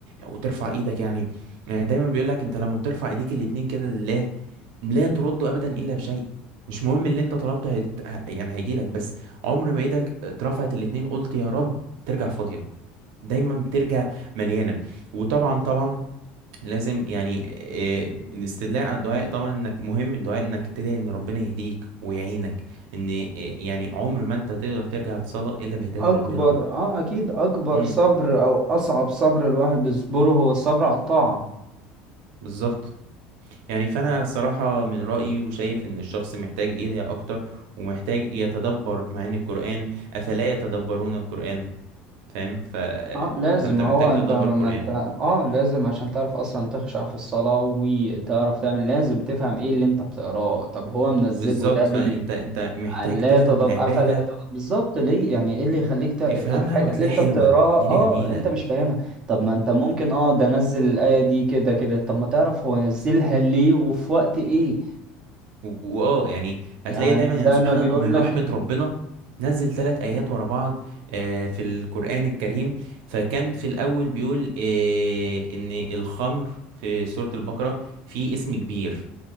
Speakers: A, on the right; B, on the right.
A: وترفع ايدك يعني يعني دايما بيقولك انت لما بترفع ايديك الاتنين كده لله لا ترد ابدا الا بشيء مش مهم اللي انت طلبته هيت... ه- يعني هيجيلك بس عمر ما ايدك اترفعت الاتنين قلت يا رب هترجع فاضية دايما بترجع مليانة وطبعا طبعا لازم يعني آه، الاستدلاء على الدعاء طبعا انك مهم الدعاء انك تدعي ان ربنا يهديك ويعينك ان آه، يعني عمر ما انت تقدر ترجع تصلى الا بهداية
B: اكبر
A: ربنا
B: اه اكيد اكبر
A: امم
B: صبر او اصعب صبر الواحد بيصبره هو الصبر على الطاعة
A: بالظبط يعني فانا صراحة من رأيي وشايف ان الشخص محتاج يدعي اكتر ومحتاج يتدبر معاني القرآن افلا يتدبرون القرآن فاهم ف... آه،
B: اه لازم
A: فانت
B: ما
A: محتاج
B: هو
A: تتدبر
B: انت ما
A: القرآن
B: انت اه لازم عشان تعرف اصلا تخشع في الصلاة وتعرف تعمل لازم تفهم ايه اللي انت بتقراه طب هو منزله
A: بالظبط
B: ده ليه
A: فانت انت محتاج
B: لا
A: تفهم
B: تضب
A: العبادة
B: افلا تضب بالظبط ليه يعني ايه اللي يخليك ت... الحاجة
A: افهمها وهتلاقيها
B: اللي انت
A: حلوة
B: بتقراها
A: الدنيا
B: اه
A: جميلة
B: انت مش فاهمها طب ما انت ممكن اه ده نزل الآية دي كده كده طب ما تعرف هو نزلها ليه وفي وقت ايه
A: و- واه يعني هتلاقي
B: يعني
A: دايما يعني
B: زي
A: سبحان
B: ما بيقول
A: الله من
B: لك
A: رحمة ربنا نزل ثلاث آيات ورا بعض آه، في القرآن الكريم فكان في الأول بيقول آه، إن الخمر في سورة البقرة في اسم كبير